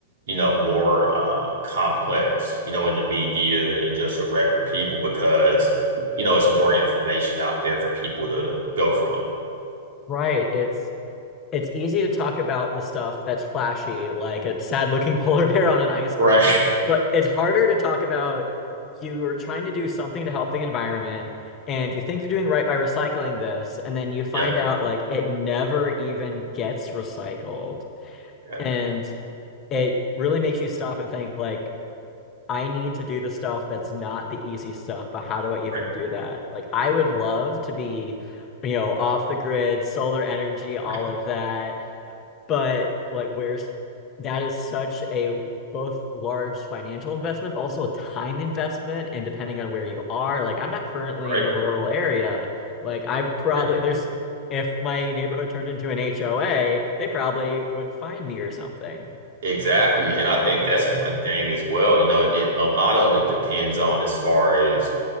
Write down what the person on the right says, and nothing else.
you know, more um, complex, you know, in the media and just with regular people because, you know, it's more information out there for people to go from.
Right. <laughs>
Yeah.
Yeah.
Right.
Right.
Right.
Right.
Exactly. And I think that's one thing as well. You know, it a lot of it depends on as far as,